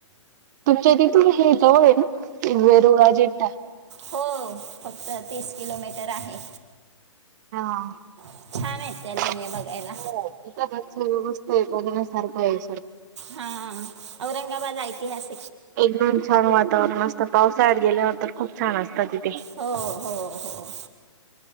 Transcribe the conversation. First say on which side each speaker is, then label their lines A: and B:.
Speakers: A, on the right; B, on the right.
A: तुमच्या तिथून हे जवळ आहे ना, वेरुळ -अजिंठा.
B: हो, फक्त तीस किलोमीटर आहे.
A: हां
B: छान आहेत त्या लेण्या
A: <unintelligible>
B: बघायला
A: हो इथं गच्च व्यवस्थायत. बघण्या सारखंय.
B: हा, औरंगाबाद ऐतिहास
A: एकदम छान वातावरण असतं. पावसाळ्यात गेल्यावर तर, खूप छान असतं तिथे.
B: हो, हो, हो.